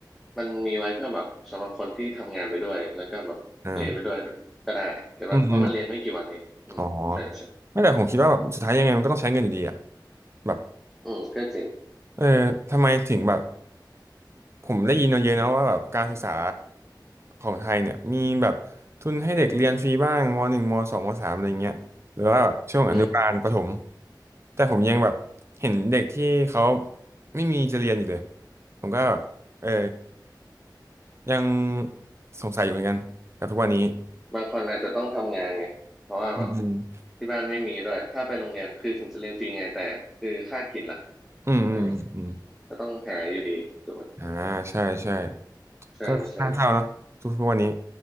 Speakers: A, in the centre; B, on the right (about 35°).
A: มันมีไว้เพื่อแบบสำหรับคนที่ทำงานไปด้วยแล้วก็แบบเรียนไปด้วยก็ได้เก็ตปะเพราะมันเรียนไม่กี่วันเองอืมใช่ใช่
B: อ่าอืมอืมอ๋อไม่แต่ผมคิดว่าแบบสุดท้ายยังไงมันก็ต้องใช้เงินอยู่ดีอ่ะแบบ
A: อืมก็จริง
B: เออทำไมถึงแบบ ผมได้ยินมาเยอะนะว่าแบบการศึกษาของไทยเนี่ยมีแบบทุนให้เด็กเรียนฟรีบ้างมหนึ่งมสองมสามอะไรเงี้ยหรือว่าแบบช่วงอนุบาลประถม
A: อืม
B: แต่ผมยังแบบเห็นเด็กที่เขาไม่มีจะเรียนอยู่เลยผมก็แบบเออยังสงสัยอยู่เหมือนกันกับทุกวันนี้
A: บางคนอาจจะต้องทำงานไงเพราะว่าแบบ
B: อืม
A: ที่บ้านไม่มีด้วยถ้าไปโรงเรียนคือถึงจะเรียนฟรีไงแต่คือค่ากินล่ะ
B: อืมอืมอืมอืม
A: อะไรเงี้ยก็ต้องหาอยู่ดีถูกไหม
B: อ่าใช่ใช่
A: ใช่ใช่
B: ก็น่าเศร้าเนาะทุกทุกวันนี้